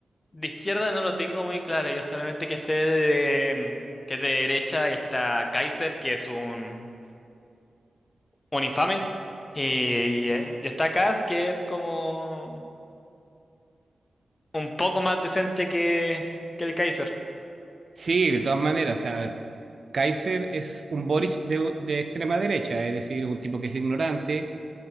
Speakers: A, on the left (about 35°); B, on the right (about 50°).
A: De izquierda no lo tengo muy claro. Yo solamente que sé de, que es de derecha y está Kaiser, que es un, un infame. Y, eh, y está Kass, que es como un poco más decente que, que el Kaiser.
B: Sí, de todas maneras, o sea, a ver, Kaiser es un Boric de, de extrema derecha, es decir, un tipo que es ignorante,